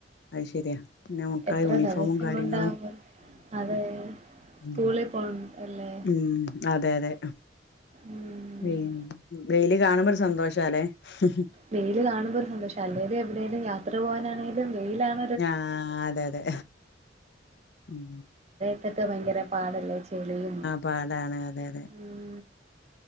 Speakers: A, on the left; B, on the right.
A: അത് ശെരിയാ പിന്നെ മക്കളെ
B: എത്ര
A: യൂണിഫോമും
B: ദിവസം
A: കാര്യങ്ങളും
B: കൊണ്ടാകും അതെ സ്കൂളിൽ
A: ഉം
B: പോണ അല്ലേ
A: ഉം അതെ അതെ
B: ഉം
A: വെയ് വെയില് കാണുമ്പൊരു സന്തോഷം <unintelligible>
B: വെയിൽ കാണുമ്പോ ഒരു സന്തോഷ അല്ലേലും എവടേലും യാത്ര പോകാനാണെകിലും വെയിലാണ്
A: ആഹ് അതെ അതെ ഉം
B: <unintelligible> ഭയങ്കര പാടല്ലേ ചെളിയും
A: പാടാണ് അതെ അതെ
B: ഉം